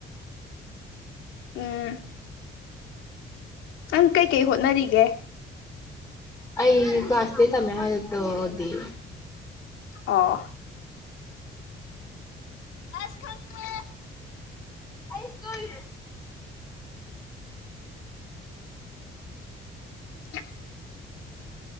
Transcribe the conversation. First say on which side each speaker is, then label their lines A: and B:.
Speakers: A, on the left (about 90°); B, on the left (about 15°).
A: ꯎꯝ ꯅꯪ ꯀꯩꯀꯩ ꯍꯣꯠꯅꯔꯤꯒꯦ
B: ꯑꯩ ꯀ꯭ꯂꯥꯁꯇꯩ ꯇꯃꯦ ꯍꯜꯛꯇꯗꯤ
A: ꯑꯣ ꯑꯁ ꯀ
B: ꯑꯩ
A: <inaudible>